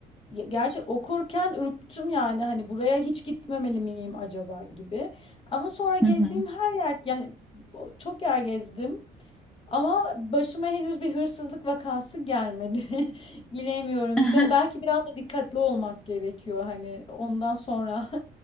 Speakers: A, on the left; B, in the centre.
A: Gerçi okurken ürktüm yani hani buraya hiç gitmemeli miyim acaba gibi. Ama sonra gezdiğim
B: Hı hı.
A: her yer yani çok yer gezdim. Ama başıma henüz bir hırsızlık vakası gelmedi. <laughs> Bilemiyorum.
B: <laughs>
A: Be- belki biraz da dikkatli olmak gerekiyor hani ondan sonra